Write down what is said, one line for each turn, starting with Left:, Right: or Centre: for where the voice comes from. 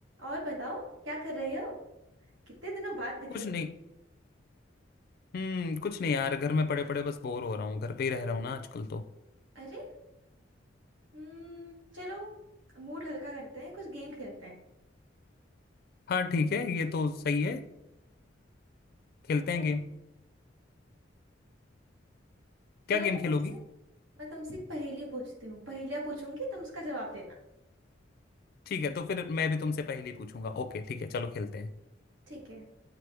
Right: और बताओ क्या कर रहे हो कितने दिनों बाद दिखे
Left: कुछ नहीं हम्म कुछ नहीं यार घर में पड़े पड़े बस बोर हो रहा हूँ घर पे ही रह रहा हूँ ना आजकल तो
Right: अरे हम्म चलो मूड हल्का करते हैं कुछ गेम खेलते हैं
Left: हाँ ठीक है ये तो सही है खेलते
Right: तो
Left: हैं गेम क्या
Right: चलो
Left: गेम
Right: मैं
Left: खेलोगी
Right: तुमसे मैं तुमसे एक पहेली पूछती हूँ पहेलियाँ पूछूंगी तुम उसका जवाब देना
Left: ठीक है तो फिर मैं भी तुमसे पहले ही पूछूंगा ओके ठीक है चलो खेलते हैं
Right: ठीक है